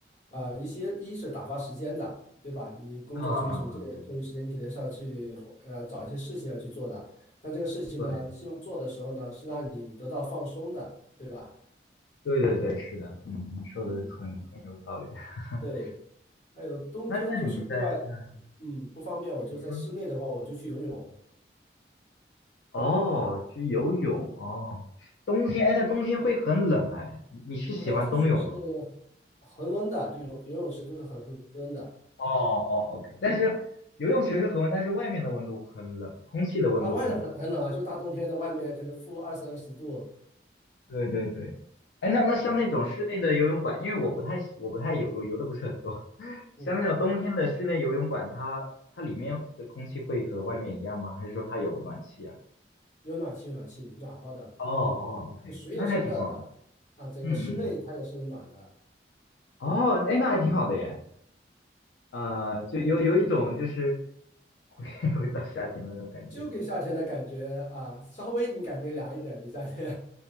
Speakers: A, on the left (about 45°); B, on the left (about 85°).
A: 啊、一些一是打发时间的，对吧？你工作之余什么之类的空余时间，
B: 啊啊啊！
A: 你肯定是要去呃找一些事情要去做的。但这个事情呢，
B: 对
A: 希望做的时候呢，是让你得到放松的，对吧？
B: 对对对，是的，嗯，你说的很很有道理。
A: 嗯，
B: <laughs>
A: 对，还有冬天就是户外，
B: 那那你在呃，
A: 嗯，不方便，
B: 你说
A: 我就在室内的话，我就去游泳。
B: 哦，去游泳哦，冬天哎，但冬天会很冷哎，你你是喜欢冬泳吗？
A: 那它它水是恒温的，就游游泳池都是恒温的。
B: 哦哦，OK，但是游泳池是恒温，但是外面的温度很冷，空气的温度很，
A: 啊，外面很很冷啊，就大冬天的，外面可能负二三十度
B: 对对对。哎，那那像那种室内的游泳馆，
A: 啊，
B: 因为我不太我不太游我游的不是很多，<laughs>
A: 嗯，
B: 像那种冬天的室内游泳馆，它它里面的空气会和外面一样吗？还是说它有暖气啊？
A: 有暖气，有暖气，暖和的，
B: 哦哦，OK，
A: 水也是热的啊，
B: 那还挺好的。
A: 整个室内它也是暖的，
B: 嗯嗯嗯，哦，哎，那还挺好的耶。呃，就有有一种就是
A: 对，
B: 回 <laughs> 回到夏天的那种感觉。
A: 就给夏天的感觉啊，稍微你感觉凉一点比夏天，